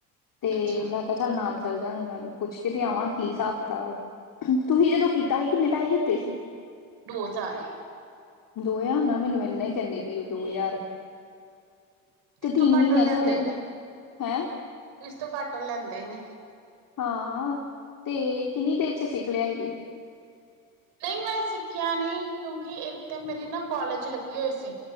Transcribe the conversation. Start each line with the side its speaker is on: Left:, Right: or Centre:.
Left: ਤੇ,
Right: ਅੱਛਾ
Left: ਮੈਂ ਕਿਹਾ ਚੱਲ ਨਾਲ ਚੱਲ ਜਾਂਗੀ, ਮੈਨੂੰ ਪੁੱਛ ਕੇ ਤੇ ਆਵਾਂ ਕੀ ਹਿਸਾਬ ਕਿਤਾਬ ਆ। ਤੁਸੀਂ ਜਦੋਂ ਕੀਤਾ ਸੀ ਕਿੰਨੇ ਪੈਸੇ ਤੇ ਸੀ
Right: ਦੋ ਹਜ਼ਾਰ।
Left: ਦੋ ਹਜ਼ਾਰ, ਨਾ ਮੈਨੂੰ ਇੰਨਾ ਹੀ ਕਹਿੰਦੇ, ਵੀ ਉਹ ਦੋ ਹਜ਼ਾਰ ਤੇ,
Right: ਇਸ
Left: ਤਿੰਨ
Right: ਤੋਂ
Left: ਮਹੀਨਿਆਂ
Right: ਘੱਟ ਲੈਂਦਾ
Left: ਚ ਹੋ ਜਾਣਾ
Right: ਹੀ ਨੀ
Left: ਏ। ਹੈਂ
Right: ਇਸ ਘੱਟ ਲੈਂਦਾ ਹੀ, ਨੀ
Left: ਹਾਂ, ਤੇ ਕਿੰਨੀ ਦੇਰ ਤੇ, ਸਿੱਖ ਲਿਆ ਈ ਵੀ
Right: ਨਹੀਂ, ਮੈਂ ਸਿੱਖਿਆ ਨਹੀਂ, ਕਿਉਂਕਿ ਇੱਕ ਤਾਂ, ਮੇਰੀ ਨਾ ਕੋਾਲਜ ਲੱਗੇ ਹੋਈ ਸੀ।